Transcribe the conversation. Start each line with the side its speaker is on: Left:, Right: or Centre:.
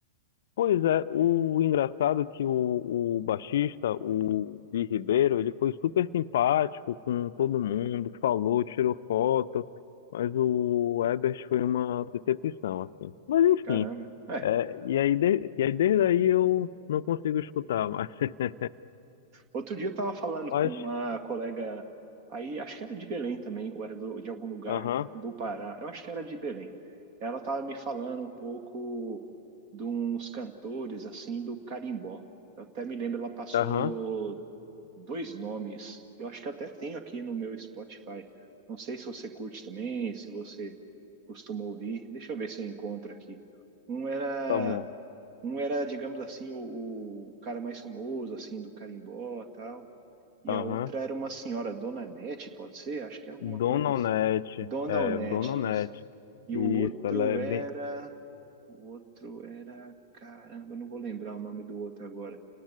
Left: pois é, o engraçado é que o, o baixista, o Bi Ribeiro, ele foi super simpático com todo mundo, falou, tirou foto, mas o Ebert foi uma decepção, assim. Mas enfim,
Right: Caramba. É,
Left: é, e aí, de- e aí desde aí eu não consigo escutar mais. <laughs>
Right: Outro dia eu tava falando
Left: Mas,
Right: com uma colega aí, acho que era de Belém também, ou era do- de algum lugar
Left: aham,
Right: do Pará. Eu acho que era de Belém. Ela tava me falando um pouco de uns cantores assim do carimbó. Eu até me lembro, ela passou
Left: aham,
Right: dois nomes. Eu acho que até tenho aqui no meu Spotify. Não sei se você curte também, se você costuma ouvir. Deixa eu ver se eu encontro aqui. Um era
Left: tá bom,
Right: um era, digamos assim, o, o cara mais famoso, assim, do carimbó e tal. E
Left: aham.
Right: a outra era uma senhora, Dona Nete, pode ser? Acho que é alguma
Left: Dona
Right: coisa. assim.
Left: Onete,
Right: Dona
Left: é,
Right: Onete,
Left: Dona Onete,
Right: isso. E
Left: isso,
Right: o outro
Left: ela é
Right: era.
Left: bem.
Right: O outro era. Caramba, eu não vou lembrar o nome do outro agora.